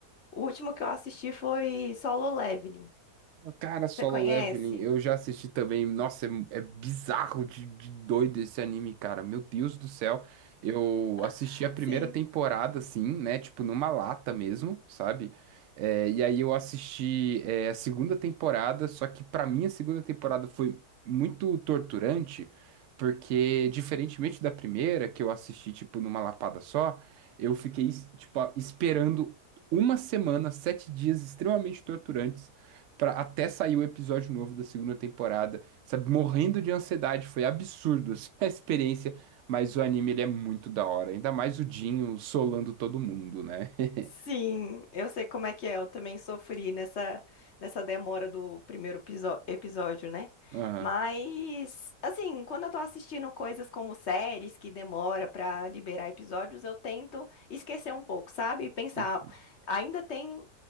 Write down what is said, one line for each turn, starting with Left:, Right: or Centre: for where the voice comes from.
Left: O último que eu assisti foi Solo Leveling.
Right: Cara, Solo
Left: Você conhece?
Right: Leveling, eu já assisti também. Nossa, é, é bizarro de, de doido esse anime, cara. Meu Deus do céu. Eu assisti
Left: <laughs>
Right: a primeira
Left: Sim.
Right: temporada, assim, né? Tipo, numa lata mesmo, sabe? É, e aí eu assisti, é, a segunda temporada, só que pra mim a segunda temporada foi muito torturante, porque, diferentemente da primeira, que eu assisti, tipo, numa lapada só, eu fiquei, tipo, esperando uma semana, sete dias extremamente torturantes pra, até sair o episódio novo da segunda temporada, sabe? Morrendo de ansiedade, foi absurdo assim, <laughs> a experiência, mas o anime ele é muito da hora, ainda mais o Dinho solando todo mundo, né? <laughs>
Left: Sim, eu sei como é que é. Eu também sofri nessa, nessa demora do primeiro episo- episódio, né?
Right: Aham.
Left: Mas, assim, quando eu tô assistindo coisas como séries que demora pra liberar episódios, eu tento esquecer um pouco, sabe? E pensar,
Right: Hum,
Left: ainda tem,